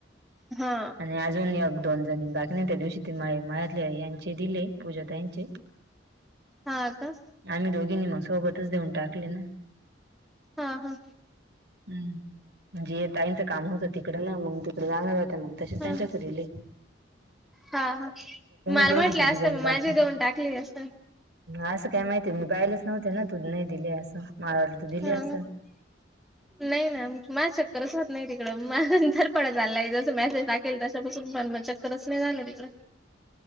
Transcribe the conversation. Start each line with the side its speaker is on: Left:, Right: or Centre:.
Centre: हा
Right: आणि अजून एक दोन जणी बाकीये त्या दिवशी ती माळी मळ्यातली यांचे दिले पूजा ताईंचे
Centre: हा का
Right: आम्ही दोघींनी मग सोबतच देऊन टाकले ना
Centre: हा- हा
Right: हम्म म्हणजे ताईंचं काम होतं तिकडं ना मग तिकडं जाणार होते मंग तसे
Centre: हा
Right: त्यांच्या चरिले
Centre: हा हा माल
Right: दोघी
Centre: म्हटले
Right: तिघी
Centre: असते
Right: जणी
Centre: मग
Right: बाकी
Centre: माझी देऊन टाकली असत.
Right: असं काय माहिती मी पाहिलंच नव्हते ना तू नाही दिले असं माला वाटल तू दिले
Centre: हा
Right: असल.
Centre: हा नाही ना माझ चक्करच नाही तिकडं मांजर पडत आलय जसं मेसेज टाकेल तशापासून पण मग चक्करच नाही झालं तिकडं